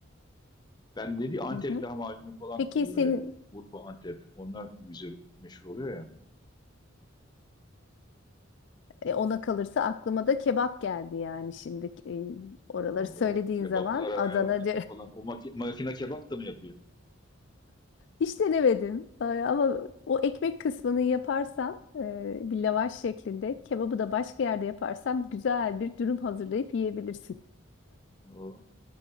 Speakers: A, on the left; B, on the left.
A: Ben dedi Antep
B: Hı hı.
A: lahmacunu falan
B: Peki
A: e, böyle
B: senin
A: Urfa, Antep onlar güzel meşhur oluyor ya.
B: e, ona kalırsa aklıma da kebap geldi yani şimdi e, oraları
A: Oho
B: söylediğin
A: kebaplara
B: zaman Adana
A: falan o maki- makine kebap da mı yapıyor?
B: Hiç denemedim Ee, ama o ekmek kısmını yaparsan e, bir lavaş şeklinde kebabı da başka yerde yaparsan güzel bir dürüm hazırlayıp yiyebilirsin.
A: O